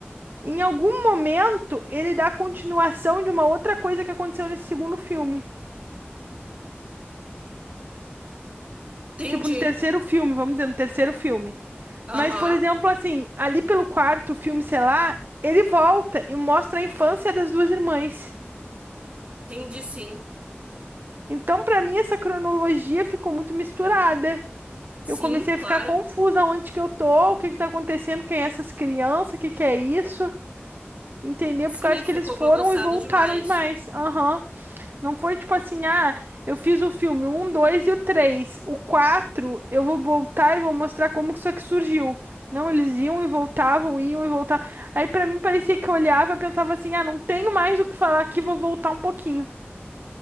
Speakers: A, on the right (about 50°); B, on the right (about 35°).
A: Em algum momento, ele dá continuação de uma outra coisa que aconteceu nesse segundo filme.
B: Entendi.
A: Tipo, no terceiro filme, vamos dizer, no terceiro filme.
B: Aham.
A: Mas, por exemplo, assim, ali pelo quarto filme, sei lá, ele volta e mostra a infância das duas irmãs.
B: Entendi sim.
A: Então, pra mim, essa cronologia ficou muito misturada.
B: Sim,
A: Eu comecei a
B: claro.
A: ficar confusa onde que eu tô, o que que tá acontecendo, quem é essas crianças, o que que é isso? Entendeu?
B: Sim,
A: Porque eu acho
B: ficou
A: que eles foram
B: bagunçado
A: e voltaram
B: demais.
A: demais. Aham. Não foi tipo assim, ah, eu fiz o filme um, 2 e o três, O 4, eu vou voltar e vou mostrar como que isso aqui surgiu. Não, eles iam e voltavam, iam e voltavam. Aí pra mim parecia que eu olhava e pensava assim, ah, não tenho mais o que falar aqui, vou voltar um pouquinho.